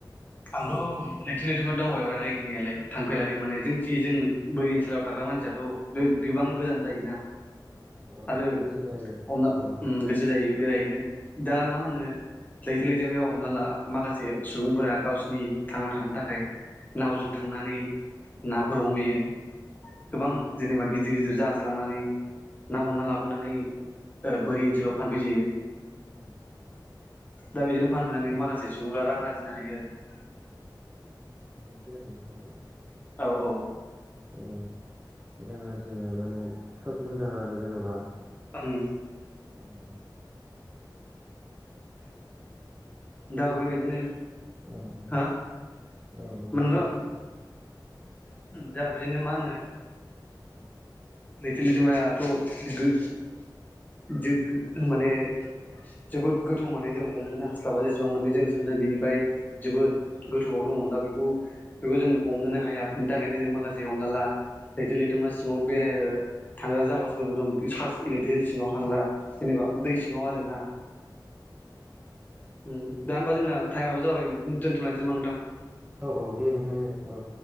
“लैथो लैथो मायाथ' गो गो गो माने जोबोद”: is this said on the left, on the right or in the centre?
Left